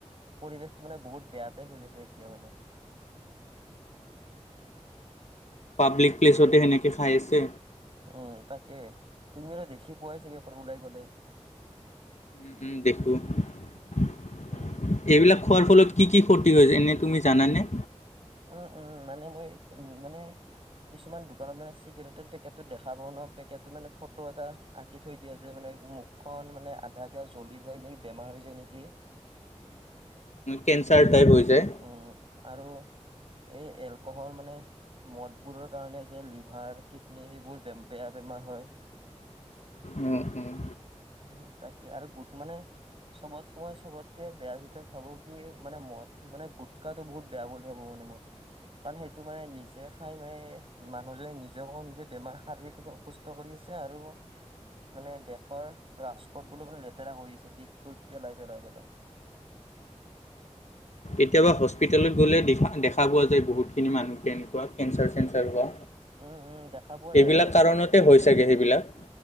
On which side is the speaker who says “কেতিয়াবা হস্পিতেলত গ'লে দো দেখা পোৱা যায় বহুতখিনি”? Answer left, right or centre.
Left